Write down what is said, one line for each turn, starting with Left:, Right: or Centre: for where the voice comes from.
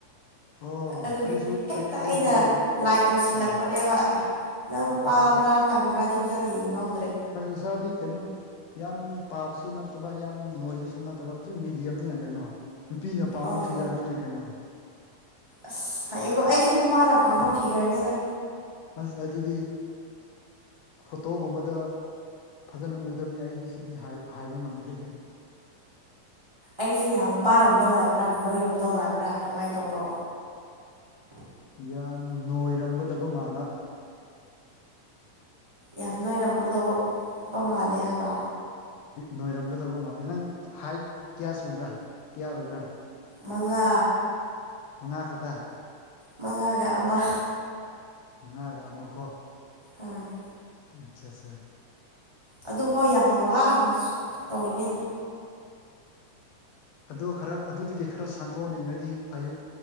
Left: ꯑꯣ
Right: ꯑꯗꯨꯒꯤ
Left: ꯑꯩꯁꯨ
Right: ꯍꯦꯛꯇ
Left: ꯑꯩ ꯑꯩꯁꯨ
Right: ꯑꯩꯅ
Left: ꯑꯗꯨꯒꯤ
Right: ꯂꯥꯏ ꯇꯧꯁꯤꯜꯂꯛꯄꯅꯦꯕ
Left: ꯑꯣ
Right: ꯅꯪ
Left: ꯌꯥꯏ
Right: ꯄꯥꯕ꯭ꯔꯥ
Left: ꯌꯥꯏ
Right: ꯀꯪꯕ꯭ꯔꯥꯗꯤ ꯐꯖꯅ ꯌꯦꯡꯍꯧꯗ꯭ꯔꯦ
Left: ꯏꯁꯥꯗꯤ ꯀꯩꯅꯣ ꯌꯥꯝ ꯄꯥꯕꯁꯨ ꯅꯠꯇꯕ ꯌꯥꯝ ꯅꯣꯏꯕꯁꯨ ꯅ ꯐꯠꯇꯕ ꯑꯗꯨ ꯃꯦꯗꯤꯌꯝꯅꯦ ꯀꯩꯅꯣ ꯅꯨꯄꯤꯅ ꯄꯥꯝꯕ
Right: ꯑꯣ
Left: ꯐꯤꯒꯔꯗꯨꯅꯦ ꯀꯩꯅꯣ
Right: ꯑꯁ ꯐꯩꯌꯦꯀꯣ ꯑꯩꯁꯨ ꯅꯨꯄꯥꯅ ꯄꯥꯝꯕ ꯐꯤꯒꯔꯅꯦꯗ
Left: ꯑꯁ ꯑꯗꯨꯗꯤ ꯐꯣꯇꯣꯒꯨꯝꯕꯗ ꯐꯖꯅ ꯎꯗꯕꯅꯤꯅ ꯑꯩꯗꯤ ꯁꯤꯗꯤ ꯍꯥꯏꯕ ꯉꯝꯗ꯭ꯔꯦꯍꯦ
Right: ꯑꯩꯁꯦ ꯌꯥꯝ ꯄꯥꯔꯝꯗꯧ ꯃꯥꯟꯕ꯭ꯔꯥ ꯅꯣꯏꯔꯝꯗꯧ ꯃꯥꯟꯕ꯭ꯔꯥ ꯀꯃꯥꯏ ꯇꯧꯕ꯭ꯔꯣ
Left: ꯌꯥꯝ ꯅꯣꯏꯔꯝꯒꯗꯕ ꯃꯥꯟꯕ
Right: ꯌꯥꯝ ꯅꯣꯏꯔꯝꯒꯗꯧꯕ ꯄ ꯃꯥꯜꯂꯦ ꯍꯥꯏꯕ
Left: ꯅꯣꯏꯔꯝꯒꯗꯕ ꯃꯥꯜꯂꯦ ꯅꯪ ꯍꯥꯏꯠ ꯀꯌꯥ ꯁꯨꯕ꯭ꯔꯥ ꯀꯌꯥ ꯑꯣꯏꯕ꯭ꯔꯥ
Right: ꯃꯉꯥ
Left: ꯃꯉꯥ ꯈꯛꯇ
Right: ꯃꯉꯥꯒ ꯑꯃ
Left: ꯃꯉꯥꯒ ꯑꯃꯀꯣ
Right: ꯎꯝ
Left: ꯑꯆꯥꯆꯥ
Right: ꯑꯗꯨꯐꯥꯎ ꯌꯥꯝ ꯋꯥꯅ ꯇꯧꯔꯤꯉꯤꯗ
Left: ꯑꯗꯨ ꯈꯔ ꯑꯗꯨꯗꯒꯤ ꯈꯔ ꯁꯥꯡꯊꯣꯛꯍꯟꯅꯤꯡꯉꯗꯤ ꯑꯌꯨꯛ